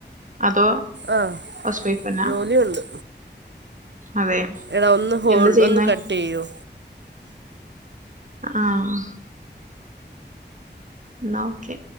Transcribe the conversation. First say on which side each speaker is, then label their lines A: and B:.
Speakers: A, on the right; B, on the right.
A: അതോ
B: ആഹ്
A: ഹൗസ് വൈഫ്ന്നാ
B: ജോലിയൊണ്ട്.
A: അതെ
B: എടാ ഒന്ന് ഹോൾ
A: എന്താ ചെയ്യുന്നേ
B: ഒന്ന് കട്ട് ചെയ്യോ?
A: ആഹ് എന്നാ ഓക്കെ